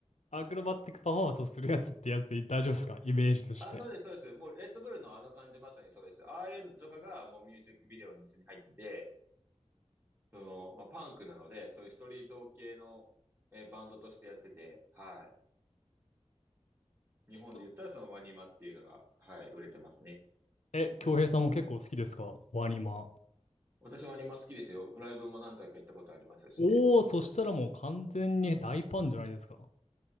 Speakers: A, on the left (about 85°); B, on the right (about 20°).
A: アクロバティックパフォーマンスをするやつってやつで大丈夫ですかイメージとして。
B: あ、そうです、そうです。もう、レッドブルのあの感じまさにそうです。ああいうのとかが、もうミュージックビデオに一緒に入ってて、その、まあ、パンクなので、そういうストリート系の、えーバンドとしてやってて、はい。日本で言ったらそのワニマっていうのが、
A: ス
B: はい、売れてますね。
A: え、京平さんも結構好きですかワニマ。
B: 私ワニマ好きですよ。ライブも何回か行ったことありますし。
A: おお、そしたらもう完全に大ファンじゃないですか。